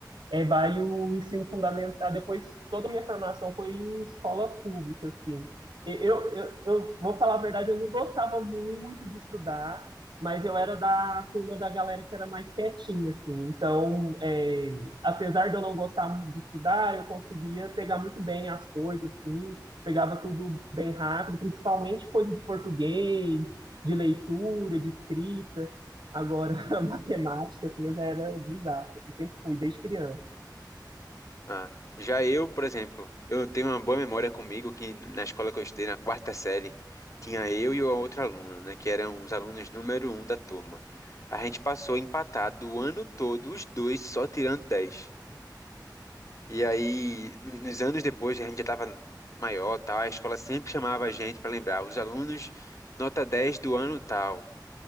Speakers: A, on the right (about 80°); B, on the left (about 45°).
A: É, vai o ensino fundamental. Depois, toda a minha formação foi em escola pública, assim. E Eu, eu, eu vou falar a verdade, eu não gostava muito de estudar, mas eu era da turma da galera que era mais quietinha, assim. Então, é, apesar de eu não gostar muito de estudar, eu conseguia pegar muito bem as coisas, assim. Pegava tudo bem rápido, principalmente coisa de português, de leitura, de escrita. Agora, <laughs> a matemática, assim, eu já era desastre, assim, sempre fui, desde criança.
B: Ah, já eu, por exemplo, eu tenho uma boa memória comigo que na escola que eu estudei, na quarta série, tinha eu e a outra aluna, né? Que eram os alunos número um da turma. A gente passou empatado o ano todo, os dois só tirando dez E aí, no- nos anos depois, a gente já estava maior, tal, a escola sempre chamava a gente para lembrar, os alunos nota 10 do ano tal.